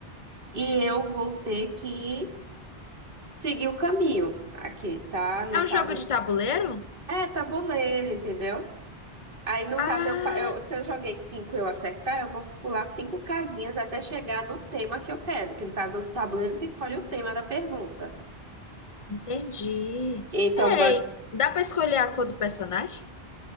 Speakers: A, on the right; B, on the left.
A: e eu vou ter que seguir o caminho aqui, tá? No
B: É um
A: caso,
B: jogo de tabuleiro?
A: é tabuleiro, entendeu? Aí no
B: Ah,
A: caso, eu, pa- eu- se eu joguei cinco e eu acertar, eu vou pular cinco casinhas até chegar no tema que eu quero, que no caso é o tabuleiro que escolhe o tema da pergunta.
B: entendi.
A: Então,
B: Ei, dá pra escolher a cor do personagem?